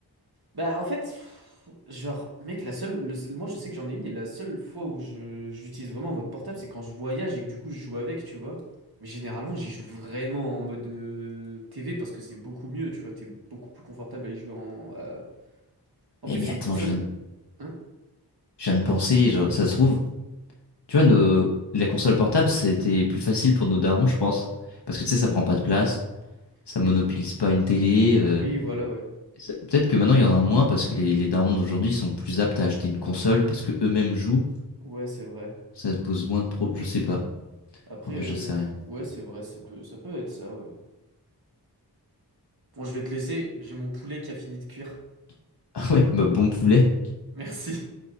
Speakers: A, on the right; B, on the left.
A: bah en fait, pff, genre, mec, la seule, le seul- moi je sais que j'en ai une et la seule fois où je, je l'utilise vraiment en mode portable, c'est quand je voyage et que du coup je joue avec, tu vois. Mais généralement, j'y joue vraiment en mode euh, TV parce que c'est beaucoup mieux, tu vois. T'es beaucoup plus confortable à y jouer en. euh, En
B: Eh,
A: plus,
B: mais
A: c'est
B: attends,
A: une console.
B: je viens de
A: Hein?
B: Je viens de penser, genre, ça se trouve, tu vois, nos... la console portable, c'était plus facile pour nos darons, je pense. Parce que tu sais, ça prend pas de place, ça
A: Oui.
B: monopolise pas une télé. euh,
A: Oui, voilà, ouais.
B: ça- Peut-être que maintenant, il y en a moins parce que les, les darons d'aujourd'hui sont plus aptes à acheter une console parce que eux-mêmes jouent.
A: Ouais, c'est vrai.
B: Ça pose moins de pro... Je sais pas.
A: Après,
B: En vrai,
A: euh,
B: j'en sais rien.
A: pff, ouais, c'est vrai, ça peut, ça peut être ça, ouais. Bon, je vais te laisser, j'ai mon poulet qui a fini de cuire.
B: <laughs> Ah ouais, bah bon poulet.
A: Merci,